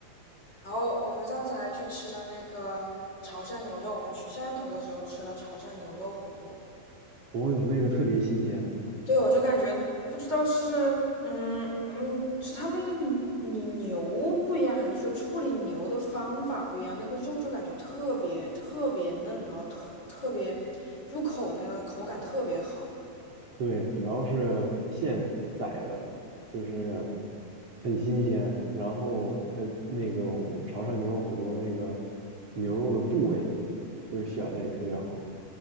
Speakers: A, on the left (about 30°); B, on the right (about 45°).
A: 然后我们上次还去吃了那个潮汕牛肉，我们去汕头的时候吃了潮汕牛肉火锅。
B: 我有那个特别新鲜的
A: 对，我就感觉不知道是嗯嗯是他们的你牛不一样，还是说处理牛的方法不一样？那个肉就感觉特别特别嫩，然后特特别入口那个口感特别好。
B: 对，主要是现宰的，就是很新鲜，然后它那种潮汕牛肉火锅那个牛肉的部位，就是选的也特别好，